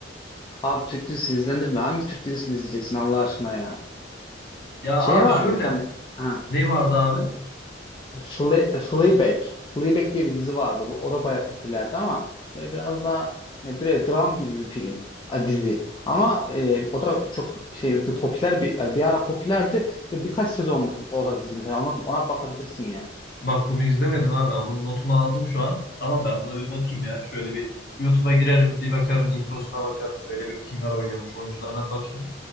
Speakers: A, on the left; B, on the left.
A: Abi Türk dizisi izlenir mi? Hangi Türk dizisini izleyeceksin Allah aşkına ya?
B: Ya
A: Şey
B: abi
A: vardı
B: şöyle
A: bir tane ha,
B: ne vardı abi?
A: Fle- Fleabag. Fleabag diye bir dizi vardı. Bu, o da bayağı popülerdi ama böyle biraz daha e, böyle dram gibi bir film, a, dizi. Ama e, o da çok şey bir popüler bir e, bir ara popülerdi. Böyle Birkaç sezonluk o da dizi mesela ona ona bakabilirsin ya.
B: Bak bunu izlemedim abi ama notumu aldım şu an. Tamam ben buna bir bakayım ya. Şöyle bir YouTube'a girerim, bir bakarım, introsuna bakarım. Şöyle bir kimler oynuyormuş, oyuncularına bakayım.